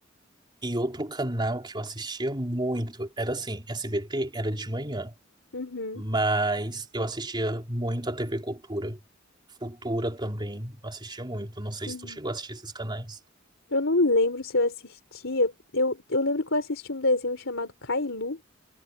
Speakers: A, on the right; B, on the left.
A: E outro canal que eu assistia muito era assim, SBT era de manhã,
B: Uhum.
A: mas eu assistia muito a TV Cultura. Futura também, assistia muito. Não sei
B: Uhum.
A: se tu chegou a assistir esses canais.
B: Eu não lembro se eu assistia. Eu, eu lembro que eu assisti um desenho chamado Cailu